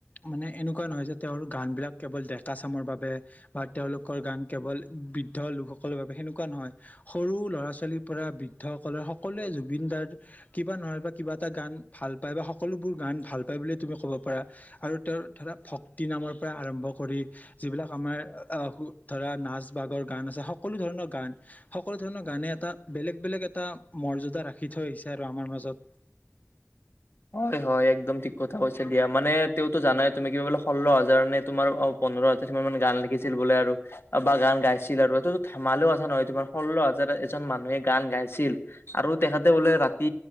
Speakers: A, on the left; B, on the left.
A: মানে এনেকুৱা নহয় যে, তেওঁৰ গানবিলাক কেৱল ডেকা চামৰ বাবে বা তেওঁলোকৰ গান কেৱল বৃদ্ধ লোকসকলৰ বাবে সেনেকুৱা নহয় সৰু ল'ৰা ছোৱালী পৰা বৃদ্ধসকলৰ সকলোৱে জুবিনদাৰ কিবা নহ'বা কিবা এটা গান ভাল পায় বা সকলোবোৰ গান ভাল পায় বুলিয়ে তুমি ক'ব পাৰা আৰু তেওঁ ধৰা ভক্তি নামৰ পৰা আৰম্ভ কৰি যিবিলাক আমাৰ আহ ধৰা নাচ বাগৰ গান আছে সকলো ধৰণৰ গান সকলো ধৰণৰ গানে এটা বেলেগ বেলেগ এটা মৰ্যদা ৰাখি থৈ আহিছে আৰু আমাৰ মাজত
B: হয় হয় একদম ঠিক কথা কৈছে দিয়া মানে তেওঁতো জানাই তুমি কিবা বোলে ষোল্ল হাজাৰ নে তোমাৰ পোন্ধৰ হাজাৰ মান গান লিখিছিল বোলে আৰু বা গান গাইছিল আৰু এইটোতো ধেমালি কথা নহয় তোমাৰ ষোল্ল হাজাৰ এজন মানুহে গান গাইছিল আৰু তেখেতে বোলে ৰাতি